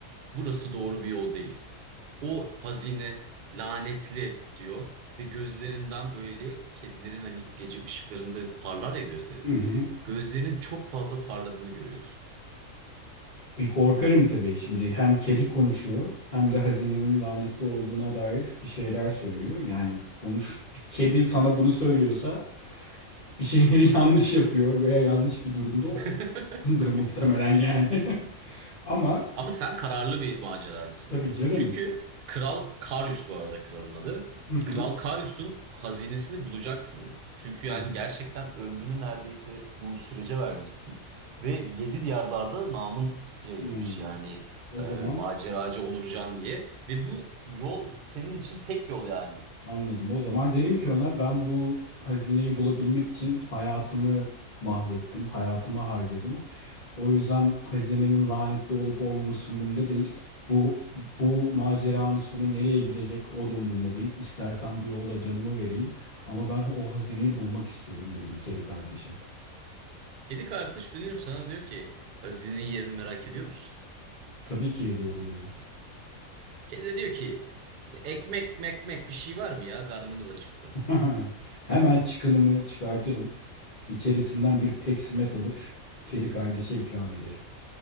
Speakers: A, on the right; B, on the left.
A: Burası doğru bir yol değil. O hazine lanetli diyor ve gözlerinden böyle kedilerin hani gece ışıklarında parlar ya gözleri.
B: Hı hı.
A: Gözlerinin çok fazla parladığını görüyorsun.
B: Bir korkarım tabii şimdi hem kedi konuşuyor hem de hazinenin lanetli olduğuna dair bir şeyler söylüyor. Yani konuş bir kedi sana bunu söylüyorsa bir şeyleri <laughs> yanlış yapıyor veya yanlış bir durumda durumdadır
A: <laughs>
B: muhtemelen yani. <laughs> Ama
A: Ama sen kararlı bir maceracısın.
B: Tabii canım.
A: Çünkü Kral Karyus bu arada kralın adı.
B: Hı hı.
A: Kral Karyus'un hazinesini bulacaksın. Çünkü yani
B: Hı hı.
A: gerçekten ömrünü neredeyse bu sürece vermişsin. Ve yedi diyarlarda namın yayılmış
B: Hı.
A: yani
B: O
A: e,
B: zaman
A: maceracı Onurcan diye. Ve bu yol senin için tek yol yani.
B: anladım. O zaman derim ki ona ben bu hazineyi bulabilmek için hayatımı mahvettim, hayatımı harcadım. O yüzden hazinenin lanetli olup olmaması umurumda değil. Bu bu maceranın sonu nereye gidecek o da umurumda değil. İstersen bu yolda canımı vereyim ama ben o hazineyi bulmak istiyorum derim kedi kardeşe.
A: Kedi kardeş dönüyor sana diyor ki hazinenin yerini merak ediyor musun?
B: Tabii ki ediyorum derim.
A: Kedi de diyor ki ekmek mekmek bir şey var mı ya karnımız acıktı.
B: <laughs> Hemen çıkınımı çıkartırım. İçerisinden bir peksimet alır. Kedi kardeşe ikram ederim.